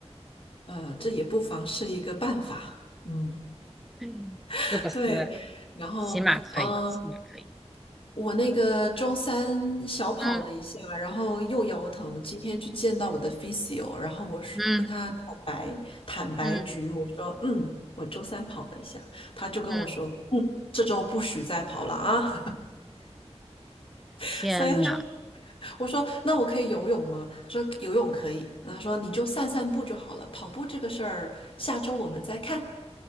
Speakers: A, on the left; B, in the centre.
A: 呃，这也不妨是一个办法，嗯，
B: <laughs>
A: <laughs>
B: 是不是？
A: 对。然后，
B: 骑马可以，
A: 嗯、
B: 骑马可以，
A: 我那个周三小跑了一下，
B: 嗯
A: 然后又腰疼。今天去见到我的 physio，然后我是跟他坦白坦白局，
B: 嗯。嗯
A: 我说嗯，我周三跑了一下，他就跟我说嗯，
B: 嗯，
A: 这周不许再跑了啊。<laughs>
B: 天呐
A: 所以他说，我说那我可以游泳吗？他说游泳可以。他说你就散散步就好了，跑步这个事儿下周我们再看。